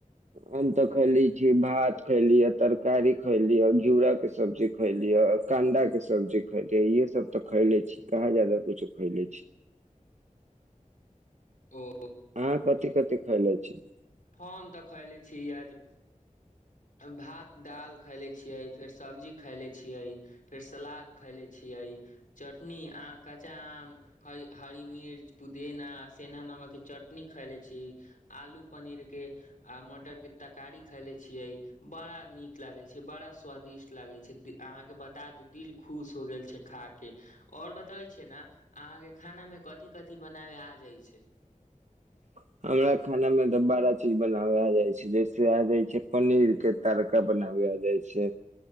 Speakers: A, on the right; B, on the left.
A: हम तऽ खैयल छी भात खैली तरकारी खैली घिउराा के सब्जी खैली य कांदा के सब्जी खे इे सब तऽ खैले छी के जादा कुछो खैले छी
B: ओ
A: अहां कथि कथि खैले छी
B: हम तऽ खैले छी आज
A: <unintelligible>
B: भात दालि खैले छियै फेर सब्जी खैले छियै फेर सलाद खैले छियै चटनी कचा आम ह मिर्च पुदेना सेनधा नमक चटनी खायले छी आलू पनीर के आ मटर के तरकारी खायले छियै बड़ा नीक लागे छै बड़ा स्वादिष्ट लगै छै अहाँके बता दू दिल खुश हो गेल छै खा के आओर बतबै छियै ने अहाँके खानामे कथी कथी बनाबै आ जाइत छै
A: <unintelligible> हमरा खाना में तऽ बड़ा चीज बनावे आ जाय छै जैसे आ जाय छै पनीर के तड़का प बनाबे आय जाै छियै